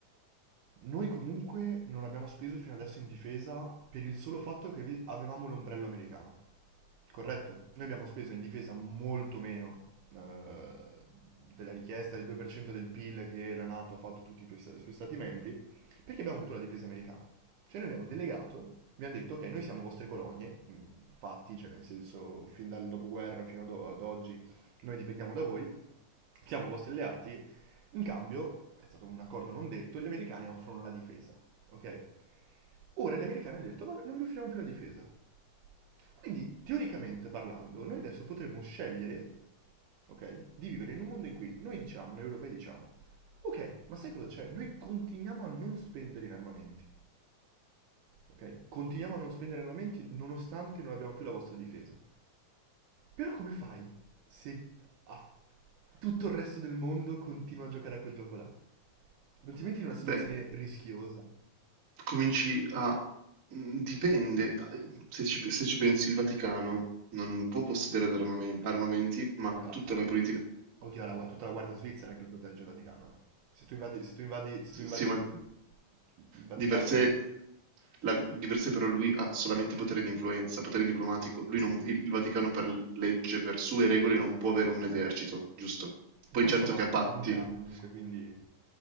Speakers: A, on the right (about 75°); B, on the right (about 40°).
A: Noi comunque non abbiamo speso fino adesso in difesa per il solo fatto che ave- avevamo l'ombrello americano. Corretto? Noi abbiamo speso in difesa molto meno eh, della richiesta del 2% del PIL che la NATO ha fatto a tutti i tuoi sta- i suoi stati membri, perché abbiamo avuto la difesa americana. Cioè noi abbiamo delegato, abbiamo detto ok, noi siamo vostre colonie, in fatti, cioè nel senso fin dal dopoguerra fino ad, o- ad oggi noi dipendiamo da voi, siamo vostri alleati, in cambio, è stato un accordo non detto, gli americani offrono la difesa, ok? Ora gli americani hanno detto, ma non vi offriamo più la difesa. Quindi, teoricamente parlando, noi adesso potremmo scegliere, ok, di vivere in un mondo in cui noi diciamo, noi europei diciamo, ok, ma sai cosa c'è? Noi continuiamo a non spendere in armamenti ok? Continuiamo a non spendere armamenti nonostante non abbiamo più la vostra difesa. Però come fai se ah, tutto il resto del mondo continua a giocare a quel gioco là? Non ti metti in una situazione
B: beh,
A: rischiosa?
B: cominci a... mm, Dipende, se ci, se ci pensi, il Vaticano non può possedere d'armamen- armamenti, ma
A: Oddio, a,
B: tutta
A: a-
B: la politica,
A: oddio alla- a tutta la guardia svizzera che lo protegge il Vaticano, eh. Se tu invadi, se tu invadi, se tu invadi
B: Sì, ma
A: la- il Vaticano,
B: di per sé, la- di per sé però lui ha solamente potere di influenza, potere diplomatico. Lui non- il Vaticano per legge, per sue regole, non può avere un esercito, giusto?
A: non
B: Poi certo
A: lo so, ma
B: che ha patti,
A: non ce l'ha comunque, quindi...